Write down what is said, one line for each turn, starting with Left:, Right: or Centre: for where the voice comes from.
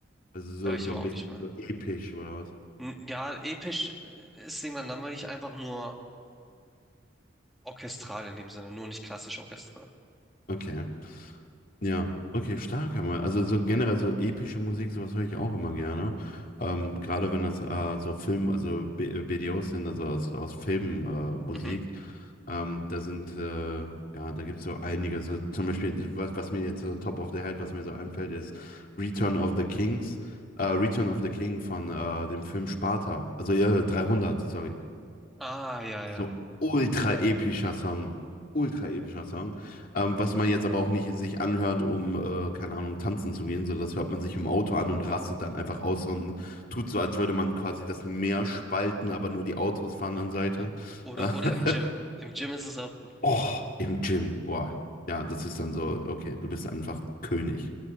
Left: Also so,
Centre: Höre ich
Left: so
Centre: aber
Left: ein
Centre: auch
Left: bisschen
Centre: nicht mehr.
Left: so episch oder was?
Centre: N- Ja, episch äh, ist irgendwann langweilig, einfach nur Orchestral in dem Sinne, nur nicht klassisch orchestral.
Left: Okay, Ja, okay, stark, aber also so generell so epische Musik, sowas höre ich auch immer gerne. Ähm, gerade wenn das äh, so Film, also B äh, BDOs sind, also aus, aus Filmen äh, Musik,
Centre: Mhm.
Left: ähm, da sind äh, ja, da gibt es so einige. So zum Beispiel, was, was mir jetzt so top of the head, was mir so einfällt, ist Return of the Kings, äh, Return of the King von äh, dem Film Sparta, also äh, 300, sorry.
Centre: Ah, ja, ja.
Left: So ultra epischer Song. Ultra epischer Song. Ähm, was man jetzt aber auch nicht sich anhört, um, äh, keine Ahnung, tanzen zu gehen. So, das hört man sich im Auto an und rastet dann einfach aus und tut so, als würde man quasi das Meer spalten, aber nur die Autos fahren an Seite.
Centre: <laughs> Oder,
Left: Äh,
Centre: oder
Left: <laughs>
Centre: im Gym. Im Gym ist es auch gut.
Left: oh, im Gym. Wow. Ja, das ist dann so, okay, du bist einfach König.